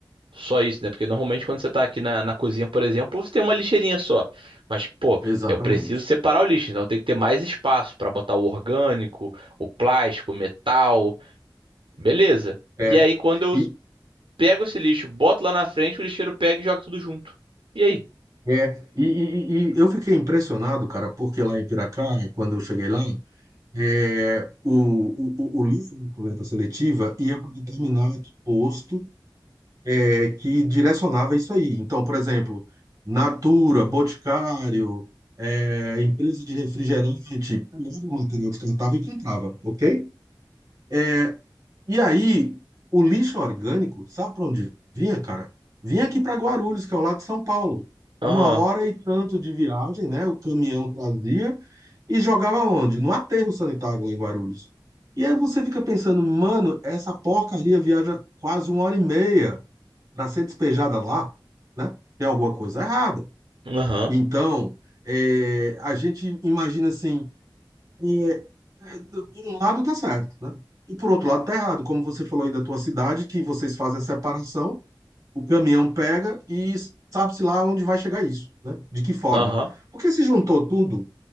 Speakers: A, on the right (about 80°); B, on the right (about 40°).
A: só isso, né? Porque normalmente quando você tá aqui na, na cozinha, por exemplo, você tem uma lixeirinha só. Mas, pô,
B: Exatamente.
A: eu preciso separar o lixo, então tem que ter mais espaço para botar o orgânico, o plástico, o metal, beleza.
B: É.
A: E aí, quando eu
B: E,
A: pego esse lixo, boto lá na frente, o lixeiro pega e joga tudo junto. E aí?
B: é, e, e, e- e eu fiquei impressionado, cara, porque lá em Piracá, quando eu cheguei lá, é, o, o, o lixo da coleta seletiva ia para um determinado posto é, que direcionava isso aí. Então, por exemplo, Natura, Boticário, é, empresa de refrigerante, pegava o material descartável e comprava, ok? É, e aí, o lixo orgânico, sabe para onde vinha, cara? Vinha aqui para Guarulhos, que é ao lado de São Paulo.
A: Aham,
B: Uma hora e tanto de viagem, né? O caminhão trazia e jogava onde? No aterro sanitário lá em Guarulhos. E aí você fica pensando, mano, essa porcaria viaja quase uma hora e meia para ser despejada lá, né? Tem alguma coisa errada.
A: aham,
B: Então, eh, a gente imagina assim é, é, do- por um lado tá certo, né? E por outro lado tá errado, como você falou aí da tua cidade, que vocês fazem a separação, o caminhão pega e sabe-se lá onde vai chegar isso, né? De que forma?
A: aham,
B: Porque se juntou tudo,